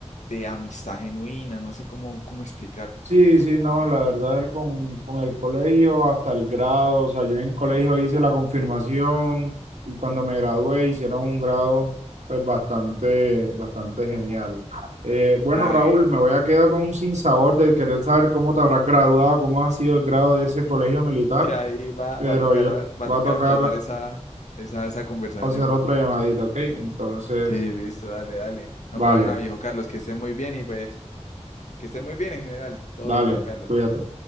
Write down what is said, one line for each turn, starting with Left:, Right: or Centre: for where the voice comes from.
Left: de amistad genuina, no sé cómo, cómo explicarte.
Right: Sí, sí, no, la verdad el con, con el colegio hasta el grado, o sea, yo en el colegio hice la confirmación y cuando me gradué hicieron un grado pues bastante, bastante genial. Eh, bueno,
Left: Ah,
Right: Raúl,
Left: que-
Right: me voy a quedar con un sinsabor de querer saber cómo te habrás graduado, cómo ha sido el grado de ese colegio militar.
Left: sí, ahí va,
Right: pero
Left: va a tocar,
Right: yo
Left: va a
Right: va
Left: tocar
Right: a tocar
Left: aplazar esa, esa, esa conversación.
Right: hacer otra llamadita, ¿ok? Entonces,
Left: Sí, listo, dale, dale. No
Right: vale,
Left: para nada, viejo Carlos, que esté muy bien y pues, que esté muy bien en general. Todo
Right: dale,
Left: bien, viejo Carlos.
Right: cuídate.